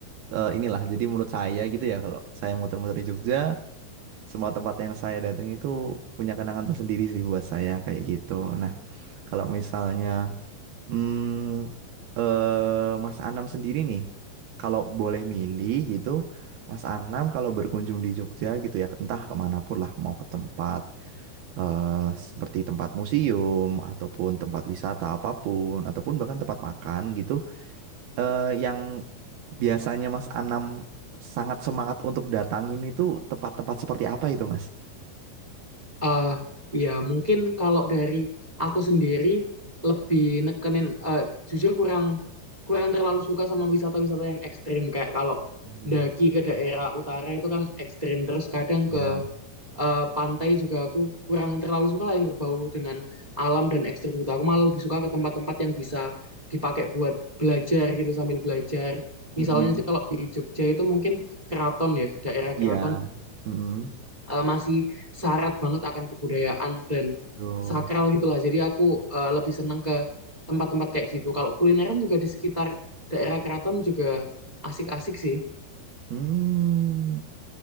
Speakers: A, on the right; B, on the right.
A: eh, inilah. Jadi menurut saya gitu ya, kalau saya muter-muter di Jogja, semua tempat yang saya datang itu punya kenangan tersendiri sih buat saya kayak gitu. Nah, kalau misalnya hmm, eh, Mas Anam sendiri nih, kalau boleh milih gitu, Mas Anam kalau berkunjung di Jogja gitu ya, entah kemana pun lah, mau ke tempat eh, seperti tempat museum ataupun tempat wisata apapun, ataupun bahkan tempat makan gitu, eh, yang biasanya Mas Anam sangat semangat untuk datangin itu tempat-tempat seperti apa itu, Mas?
B: eh ya mungkin kalau dari aku sendiri lebih nekenin eh, jujur kurang kurang terlalu suka sama wisata-wisata yang ekstrim kayak kalau
A: Hmm,
B: daki ke daerah utara itu kan ekstrim terus kadang
A: Ya.
B: ke eh, pantai juga aku kurang terlalu suka lah yang berbau dengan alam dan ekstrim gitu aku malah lebih suka ke tempat-tempat yang bisa dipakai buat belajar gitu sambil belajar
A: Mm-mm.
B: misalnya sih kalau di Jogja itu mungkin keraton ya daerah
A: Ya.
B: keraton
A: Mm-mm.
B: eh, masih syarat banget akan kebudayaan dan
A: Betul.
B: sakral gitulah. Jadi aku eh, lebih senang ke tempat-tempat kayak gitu. Kalau kulineran juga di sekitar daerah keraton juga asik-asik sih.
A: Hmm.